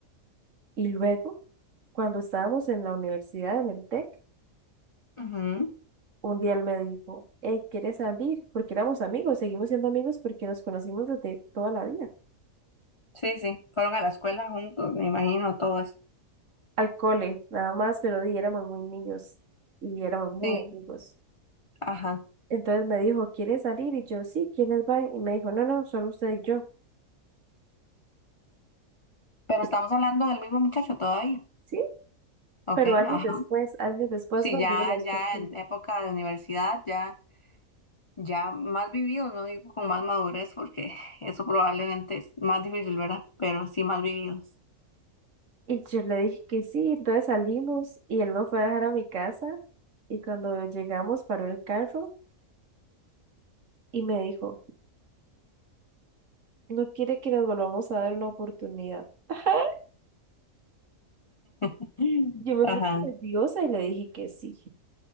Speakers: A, on the right (about 60°); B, on the left (about 50°).
A: Y luego, cuando estábamos en la universidad, en el TEC,
B: Ujú.
A: un día él me dijo, hey, ¿quieres salir? Porque éramos amigos, seguimos siendo amigos porque nos conocimos desde toda la vida.
B: Sí, sí, fueron a la escuela juntos, me imagino, todo eso.
A: Al cole, nada más, pero di, éramos muy niños y éramos muy
B: Sí,
A: amigos.
B: ajá.
A: Entonces me dijo, ¿quieres salir? Y yo, sí, ¿quiénes van? Y me dijo, no, no, solo usted y yo.
B: Pero
A: y
B: estamos hablando del mismo muchacho todavía.
A: Sí,
B: Ok,
A: pero años
B: ajá.
A: después, años después,
B: Sí,
A: cuando
B: ya,
A: iba a los
B: ya
A: TEC.
B: en época de universidad, ya. ya más vividos, no digo con más madurez, porque <laughs> eso probablemente es más difícil, ¿verdad? Pero sí más vividos.
A: Y yo le dije que sí, entonces salimos y él me fue a dejar a mi casa y cuando llegamos paró el carro y me dijo, ¿no quiere que nos volvamos a dar una oportunidad? <laughs>
B: <laughs>
A: Yo me puse
B: Ajá.
A: nerviosa y le dije que sí.